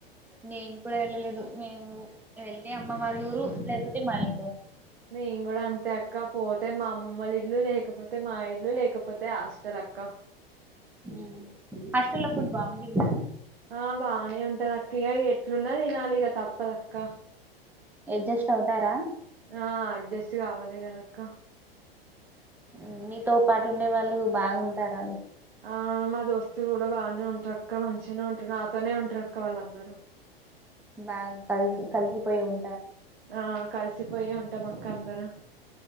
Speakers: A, in the centre; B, on the right.
A: నేను కూడా వెళ్ళలేదు మేము వెళ్తే అమ్మ వాళ్ళ ఊరు లేకపోతే మా ఇం
B: మేం గుడా అంతే అక్క పోతే మామ్మమ్మలి ఇల్లు లేకపోతే మా ఇల్లు లేకపోతే అష్ తనక్క
A: ఉమ్ హస్టాల్లా ఫుడ్ బాగుండిద్దా
B: ఆ బాగానే ఉంటది అక్క ఇగ ఎట్లున్న తినాలిగ తప్పదక్క
A: ఎడ్జస్ట్ అవుతారా
B: ఆ అడ్జస్ట్ కావాలి కదక్క
A: ఉమ్ మీతో పాటు ఉండే వాళ్ళు బాగుంటారా
B: ఆ మ దోస్తులు గుడా బాగానే ఉంట్రక్క మంచిగానే ఉంట్రూ నాతోనే ఉంట్రక్క వాళ్ళందరూ
A: బ్యాగ కలిసి కలిసిపోయి ఉం
B: ఆ కలిసిపోయ్యే ఉంటాం అక్క అందరం